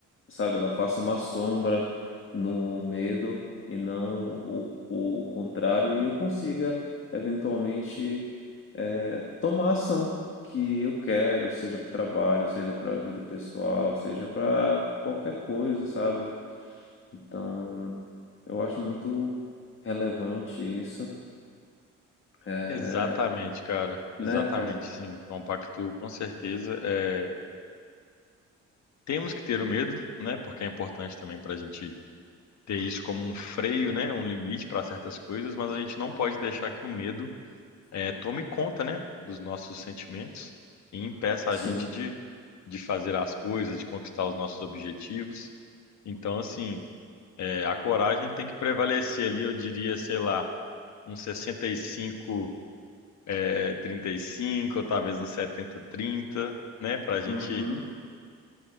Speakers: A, on the left; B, on the left.
A: sabe? Ela faça uma sombra no medo e não o, o contrário, e eu consiga eventualmente eh, tomar a ação que eu quero, seja para o trabalho, seja para a vida pessoal, seja para qualquer coisa, sabe? Então, eu acho muito relevante isso, é
B: Exatamente, cara. Exatamente,
A: né, cara?
B: sim, compacto com certeza. É, Temos que ter o medo, né? Porque é importante também para a gente ter isso como um freio, né? Um limite para certas coisas, mas a gente não pode deixar que o medo eh, tome conta, né? Dos nossos sentimentos e impeça
A: Sim.
B: a gente de, de fazer as coisas, de conquistar os nossos objetivos. Então, assim, eh, a coragem tem que prevalecer ali, eu diria, sei lá, um 65, eh, 35, ou talvez um 70, 30, né? Para a gente
A: Uhum.